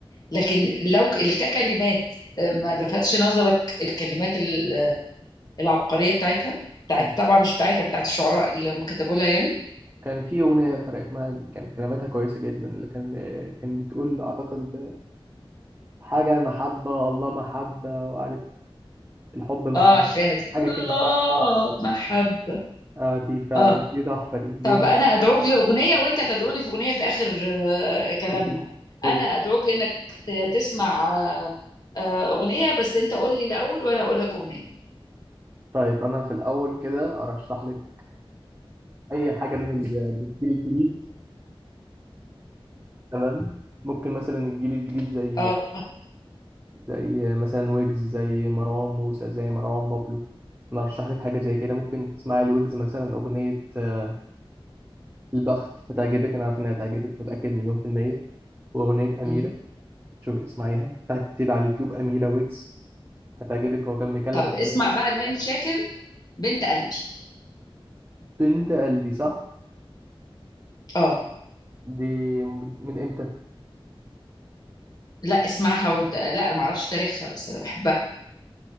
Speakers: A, on the left; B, on the right.
A: لكن لو اللي ككلمات آه، ما لفتش نظرك الكلمات ال- العبقرية بتاعتها بتاعت
B: كان
A: طبعا مش بتاعتها بتاعت الشعراء اللي هم كتبوا لها يعني
B: كان في أغنية فرقت معايا كان كلماتها كويسة جدا اللي كان كان بتقول أعتقد حاجة عن المحبة الله محبة وعارف الحب محبة
A: اه عارفاها دي
B: حاجة
A: الله
B: كده
A: محبة
B: آه دي فعلا
A: اه
B: دي تحفة دي دي
A: طب أنا أدعوك لأغنية وأنت تدعوني في أغنية في آخر آه، كلامنا
B: أوكي أوكي
A: أنا أدعوك إنك ت- تسمع آه، آه، أغنية بس أنت قول لي الأول وأنا أقول لك أغنية
B: طيب أنا في الأول كده أرشح لك أي حاجة من ال- من الجيل الجديد تمام ممكن مثلا الجيل الجديد زي
A: اه
B: زي مثلا ويجز زي مروان موسى زي مروان بابلو انا ارشح لك حاجه زي كده ممكن تسمعي الويجز مثلا اغنيه آه، البخت هتعجبك انا عارف انها هتعجبك متاكد مليون في الميه واغنيه اميره
A: مم.
B: شوف اسمعيها اكتبي على اليوتيوب اميره ويجز هتعجبك هو كان بيكلم
A: طب
B: حضرتك.
A: اسمع بقى لهاني شاكر بنت قلبي
B: بنت قلبي صح
A: اه
B: دي من امتى
A: لا اسمعها وانت لا ما اعرفش تاريخها بس انا بحبها